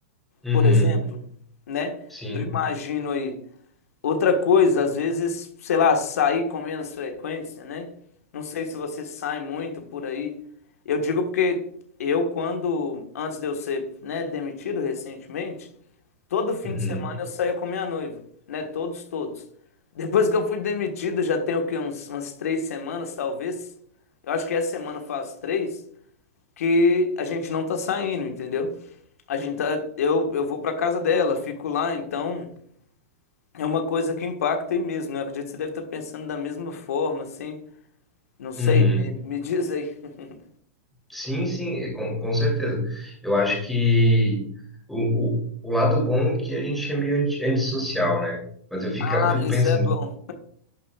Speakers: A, in the centre; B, on the left.
A: Uhum,
B: Por exemplo, né?
A: sim,
B: Eu imagino aí, Outra coisa, às vezes, sei lá, sair com menos frequência, né? Não sei se você sai muito por aí. Eu digo porque eu, quando, antes de eu ser, né, demitido recentemente, todo fim
A: uhum,
B: de semana eu saía com minha noiva, né? Todos, todos. <laughs> Depois que eu fui demitido, já tem o quê? Uns, umas três semanas, talvez. Eu acho que essa semana faz três, que a gente não tá saindo, entendeu? A gente tá, eu, eu vou pra casa dela, fico lá, então. É uma coisa que impacta aí mesmo, né? Eu acredito que você deve estar pensando da mesma forma, assim. Não sei,
A: uhum.
B: me, me diz aí. <laughs>
A: Sim, sim, é, com, com certeza. Eu acho que o, o, o lado bom é que a gente é meio anti, antissocial, né? Mas eu fico,
B: Ah,
A: eu fico
B: isso
A: pensando,
B: é bom.